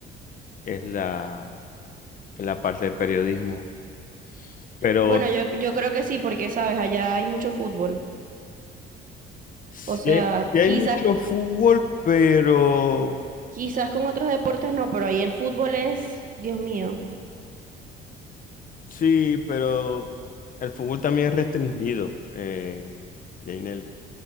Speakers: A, on the left (about 45°); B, on the right (about 40°).
A: es la en la parte de periodismo. Pero
B: Bueno, yo, yo creo que sí, porque sabes, allá hay mucho fútbol.
A: sí
B: O sea,
A: hay, sí hay
B: quizás,
A: mucho fútbol, pero
B: quizás con otros deportes no, pero ahí el fútbol es, Dios mío,
A: sí, pero el fútbol también es restringido, eh, Yaneli-